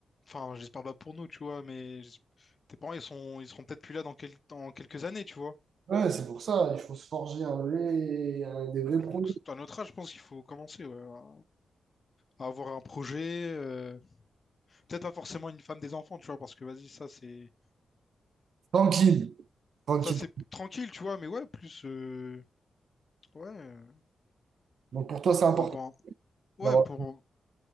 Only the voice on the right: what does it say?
Ouais, c'est pour ça, il faut se forger un vrai... un- des vrais produits.
Tranquille, tranquille.
Donc, pour toi, c'est important
d'avoir...